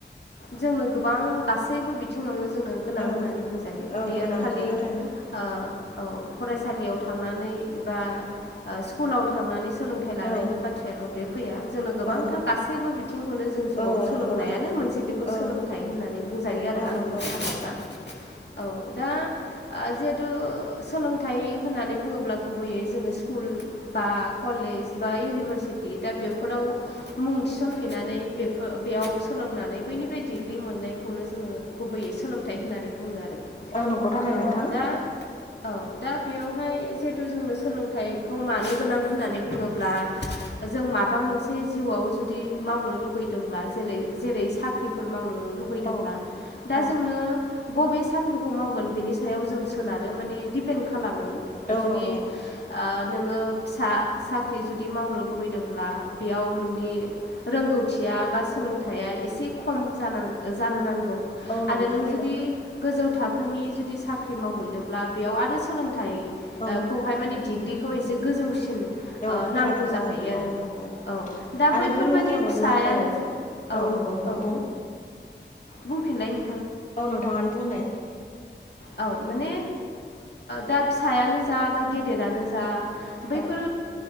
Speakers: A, on the left; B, on the left.
A: जोंनो गोबां गासैबो बिथिङावनो जोंनो गोनां
B: औ
A: होननानै बुंजायो
B: औ
A: बेयो
B: गोनां
A: खालि
B: नंगौ थारैनो
A: ओ औ फ सालियाव थांनानै बा स्कुलाव थांनानै सोलोंथाइ लानायनि
B: औ
A: बाथ्राया दं बे फैया जोंनो गोबां
B: औ
A: गासैबो बिथिंखौनो जों जिउआव
B: औ
A: सोलोंनायानो
B: नंगौ
A: मोनसे बेखौ
B: औ
A: सोलोंथाइ होननानै बुंजायो आरो
B: औ
A: आंनि
B: नंगौ
A: थाखायबा औ दा जिहेथु सोलोंथाइ होननानै बुङोब्ला गुबैयै जोङो स्कुल बा कलेज बा इउनिभारसिटि दा बेफोराव मुं थिसनहैनानै बे बेयाव सोलोंनानै बैनिफ्राय दि डिग्रि मोननायखौनो जोङो गुबैयै सोलोंथाइ होननानै बुङो आरो
B: औ नंगौ थारै
A: औ
B: नोंथां
A: दा औ दा बेयावहाय जिहेतु जोंनो सोलोंथाइखौ मानो गोनां होननानै बुङोब्ला जों माबा मोनसे जिउआव जुदि मावनो लुगैदोंब्ला जेरै जेरै साख्रिफोर मावनो लुुबैदोंब्ला
B: औ
A: दा
B: औ
A: जोंनो बबे साख्रिखौ मावगोन बिनि सायाव जों सोनारो माने दिपेन्ड खालामो
B: औ
A: जुदि
B: नंगौ
A: नोङो फिसा साख्रि जुदि मावनो लुबैयो बेयाव नोंनि रोंगौथिया बा सोलोंथ एसे ख जानो नांगौ
B: औ
A: आरो
B: नंगौ
A: नों
B: थारैनो
A: जुदि गोजौ थाखो थाखोनि जुदि साख्रि मावहैनोब्ला बेयाव आरो सोलोंथाइखौहाय
B: औ
A: माने डिग्रिखौ एसे गोजौसिन
B: औ फरायनांगौ
A: नांगौ जाहैयो आरो
B: औ नंगौ
A: औ दा
B: आरो
A: बैफोरबादि
B: बुंनो थाङोब्ला
A: फिसायानो
B: औ
A: जा औ
B: नंगौ नोंथां
A: औ
B: बुं
A: बुंफिनबाय नों
B: औ नोंथाङानो बुंनाय
A: औ माने दा फिसायानो जा बा गेदेरानो जा बैफोर
B: औ